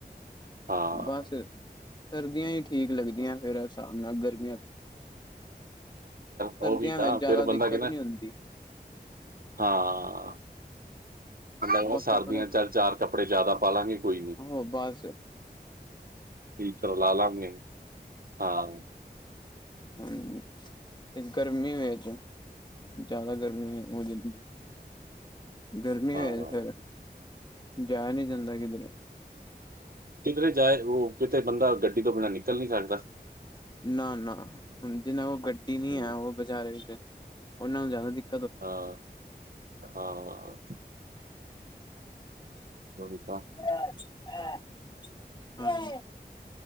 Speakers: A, on the right; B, on the left.
A: ਹਾਂ
B: ਬੱਸ। ਸਰਦੀਆਂ ਹੀ ਠੀਕ ਲੱਗਦੀਆਂ ਨੇ, ਮੇਰੇ ਹਿਸਾਬ ਨਾਲ। ਗਰਮ ਸਰਦੀਆਂ
A: ਉਹ ਵੀ ਤਾਂ
B: ਵਿੱਚ ਜ਼ਿਆਦਾ
A: ਫਿਰ ਬੰਦਾ
B: ਦਿੱਕਤ
A: ਕਹਦਾ
B: ਨਹੀਂ
A: <unintelligible>
B: ਹੁੰਦੀ
A: ਹਾਂ। ਲੋ
B: ਬ
A: ਸਰਦੀਆਂ
B: ਕੱਪੜੇ
A: ਚ ਚਾਰ ਕੱਪੜੇ ਜਿਆਦਾ ਪਾਾਲਾਂਗੇ, ਕੋਈ ਨੀ।
B: ਹੋ ਬੱਸ।
A: ਹੀਟਰ ਲਾ ਲਾਂਗੇ। ਹਾਂ।
B: ਹਮ। ਇਸ ਕਰ <unintelligible> ਗਰਮੀ ਹੋਏ ਚ, ਜ਼ਿਆਦਾ ਗਰਮੀ ਹੋ ਜਾਂਦੀ। ਗਰਮੀ
A: ਹਾਂ
B: ਹੋਏ ਫਿਰ। ਜਾਇਆ ਨਹੀਂ ਜਾਂਦਾ ਕਿਧਰੇ।
A: ਕਿਧਰੇ ਜਾਏ ਉਹ, ਕਿਤੇ ਬੰਦਾ ਗੱਡੀ ਤੋਂ ਬਿਨਾਂ ਨਿਕਲ ਨੀ ਸਕਦਾ।
B: ਨਾ-ਨਾ, ਹੁਣ ਜਿਹਨਾਂ ਕੋਲ ਗੱਡੀ ਨੀ
A: ਹੂੰ,
B: ਹੈ, ਉਹ ਬਚਾਰੇ ਵਿੱਤੇ ਉਹਨਾਂ ਨੂੰ ਜ਼ਿਆਦਾ ਦਿਕ
A: ਹਾਂ। ਹਾਂ। ੜਸਾ।
B: <unintelligible>
A: <unintelligible>